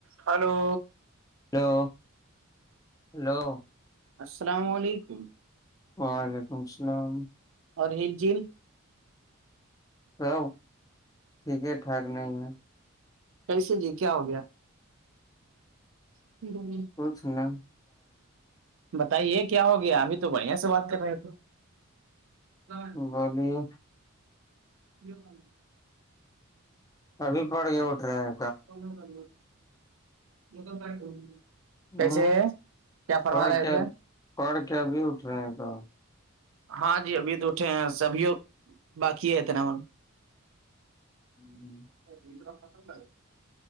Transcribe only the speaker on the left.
hello hello
وعلیکم السلام
سب ٹھیک ٹھاک نہیں ہے
ک س نا
بولیے ابھی پڑگے اٹ رہا ہے
ہوں
پڑھ
کے
پڑھ کے اب اٹھ رہے ہیں تو
ہوں